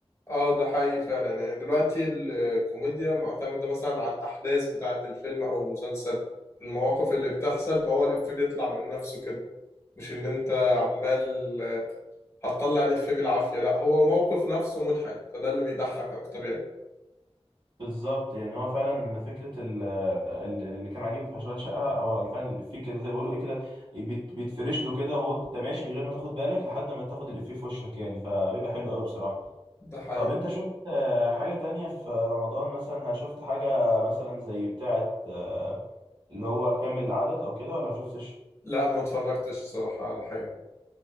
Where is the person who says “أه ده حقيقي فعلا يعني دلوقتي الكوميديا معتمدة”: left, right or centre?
Left